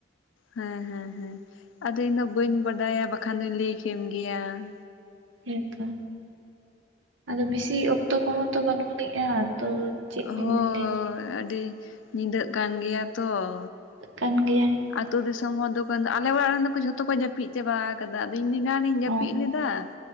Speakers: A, on the left; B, on the right.
A: ᱦᱮᱸ ᱦᱮᱸ ᱦᱮᱸ ᱟᱫᱚ ᱤᱧᱫᱚ ᱵᱟᱹᱧ ᱵᱟᱰᱟᱭᱟ ᱵᱟᱠᱷᱟᱱ ᱫᱩᱧ ᱞᱟᱹᱭ ᱠᱮᱢ ᱜᱮᱭᱟ ᱾
B: ᱦᱮᱸᱛᱚ ᱟᱫᱚ ᱵᱤᱥᱤ ᱚᱠᱛᱚ ᱠᱚᱦᱚᱸ ᱛᱚ ᱵᱟᱹᱱᱩᱜ ᱟᱹᱱᱤᱜᱼᱟ ᱛᱚ ᱪᱮᱫ
A: ᱦᱳᱭ
B: ᱤᱧ ᱞᱟᱹᱭ ᱠᱮᱫ
A: ᱟᱹᱰᱤ ᱧᱤᱫᱟᱹᱜ ᱠᱟᱱ ᱜᱮᱭᱟ ᱛᱚ ᱾
B: ᱠᱟᱱ ᱜᱮᱭᱟ ᱵᱟᱝ
A: ᱟᱛᱩ ᱫᱤᱥᱚᱢ ᱦᱚᱲ ᱫᱚᱠᱚᱱ ᱫᱚ ᱟᱞᱮ ᱚᱲᱟᱜ ᱨᱮᱱ ᱫᱚ ᱡᱷᱚᱛᱚ ᱠᱚ ᱡᱟᱹᱯᱤᱫ ᱾ ᱪᱟᱵᱟ ᱠᱟᱫᱟ ᱟᱫᱚ ᱫᱚ ᱮᱱᱟᱱᱤᱧ ᱡᱟᱹᱯᱤᱜ
B: ᱚ
A: ᱞᱮᱫᱟ ᱾